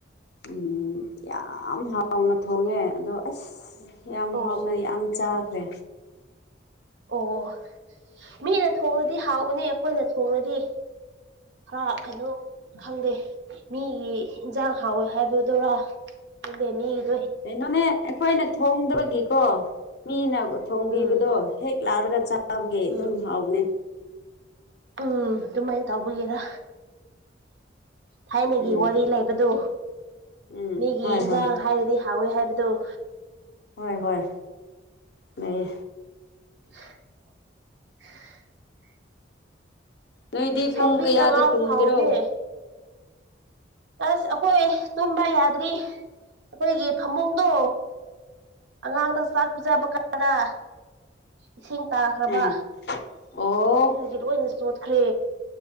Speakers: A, on the left (about 60°); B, on the right (about 65°).
A: ꯎꯝ ꯌꯥꯝ ꯍꯥꯎꯅ ꯊꯣꯡꯉꯦ ꯑꯗꯣ ꯑꯁ ꯌꯥꯝ
B: ꯑꯣ
A: ꯍꯥꯎꯅ ꯌꯥꯝ ꯆꯥꯈ꯭ꯔꯦ
B: ꯑꯣ ꯃꯤꯅ ꯊꯣꯡꯂꯗꯤ ꯍꯥꯎꯒꯅꯤ ꯑꯩꯈꯣꯏꯅ ꯊꯣꯡꯂꯗꯤ ꯍꯥꯔ ꯀꯩꯅꯣ ꯈꯪꯗꯦ ꯃꯤꯒꯤ ꯏꯟꯁꯥꯡ ꯍꯥꯎꯋꯦ ꯍꯥꯏꯕꯗꯨꯔꯥ ꯈꯪꯗꯦ ꯃꯤꯒꯤ
A: ꯀꯩꯅꯣꯅꯦ ꯑꯩꯈꯣꯏꯅ ꯊꯣꯡꯗꯕꯒꯤꯀꯣ ꯃꯤꯅ ꯊꯣꯡꯕꯤꯕꯗꯣ
B: ꯎꯝ
A: ꯍꯦꯛ ꯂꯥꯛꯔꯒ ꯆꯥꯕꯒꯤ
B: ꯎꯝ
A: ꯑꯗꯨꯝ ꯍꯥꯎꯅꯦ
B: ꯎꯝ ꯑꯗꯨꯃꯥꯏꯅ ꯇꯧꯕꯒꯤꯦꯔꯥ ꯊꯥꯏꯅꯒꯤ
A: ꯎꯝ
B: ꯋꯥꯔꯤ ꯂꯩꯕꯗꯨ
A: ꯎꯝ
B: ꯃꯤꯒꯤ
A: ꯍꯣꯏ
B: ꯏꯟꯖꯥꯡ
A: ꯍꯣꯏ
B: ꯍꯥꯏꯔꯗꯤ ꯊꯥꯎꯋꯦ ꯍꯥꯏꯕꯗꯨꯣ
A: ꯍꯣꯏ ꯍꯣꯏ ꯂꯩꯌꯦ
B: <unintelligible>
A: ꯅꯣꯏꯗꯤ
B: ꯁꯧꯒ꯭ꯔꯤ
A: ꯄꯨꯡ ꯀꯌꯥꯗ
B: ꯀꯉꯥꯎ
A: ꯇꯨꯝꯒꯦꯔꯣ
B: ꯆ ꯍꯥꯎꯅꯦ ꯑꯁ ꯑꯩꯈꯣꯏ ꯇꯨꯝꯕ ꯌꯥꯗ꯭ꯔꯤ ꯑꯩꯈꯣꯏꯒꯤ ꯐꯃꯨꯡꯗꯣ ꯑꯉꯥꯡꯗ ꯆꯥꯛ ꯄꯤꯖꯕ ꯀꯔꯥ ꯏꯁꯤꯡ ꯇꯥꯈ꯭ꯔꯕ
A: ꯎꯝ ꯑꯣ
B: ꯍꯧ ꯍꯧꯖꯤꯛꯀꯤ ꯂꯣꯏꯅ ꯆꯣꯠꯈ꯭ꯔꯦ